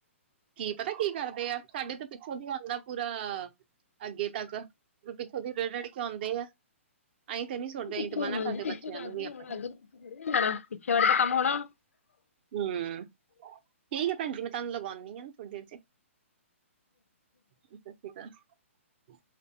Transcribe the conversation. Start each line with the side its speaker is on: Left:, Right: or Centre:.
Right: ਕੀ ਪਤਾ ਕੀ ਕਰਦੇ ਆ? ਸਾਡੇ ਤੋਂ ਪਿੱਛੋਂ ਵੀ ਆਉਂਦਾ ਪੂਰਾ ਅੱਗੇ ਤੱਕ। ਫੇਰ ਪਿੱਛੋਂ ਦੀ ਰ ਰੜ ਕੇ ਆਉਦੇ ਆ। ਅਈਂ ਤਾਂ ਨੀ ਸੇਟਦੇ,
Left: ਪਿੱਛੋਂ
Right: ਅਈਂ ਤਾਂ ਮਨਾ
Left: ਹਾਂਜੀ
Right: ਕਰਦੇ
Left: ਪਿੱਛੋਂ
Right: ਬੱਚਿਆਂ
Left: ਤਾਂ
Right: ਨੂੰ
Left: ਅੱਗੇ
Right: ਵੀ ਆਪਣੇ।
Left: ਹੋਣਾ ਅੱਗੇ ਤੋਂ ਪਿੱਛੇ ਥੋੜ੍ਹੀ ਜਾਣਾ। ਪਿੱਛੇ ਵਾਲੇ ਦਾ ਕੰਮ ਹੋਣਾ
Right: ਹੂੰ, ਠੀਕ ਹੈ ਭੈਣ ਜੀ, ਮੈਂ ਤੁਹਾਨੂੰ ਗਉਂਦੀ ਆ ਥੋੜੀ ਦੇਰ ਚ ਸਤਿ ਸ਼੍ਰੀ ਅਕਾਲ।